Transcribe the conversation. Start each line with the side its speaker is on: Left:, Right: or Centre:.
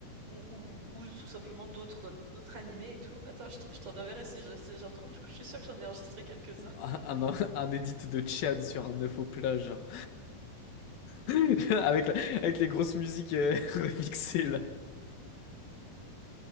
Right: ou, ou, ou tout simplement d'autres d'autres animés et tout. Attends, je, t- je t'en enverrai si je, si je retrouve. Je, je suis sûre que j'en ai enregistré quelques-uns.
Left: Un, un, un edit de Chad sur un œuf au plat, genre. <laughs> Avec, la- avec les grosses musiques euh, <laughs> remixées, là.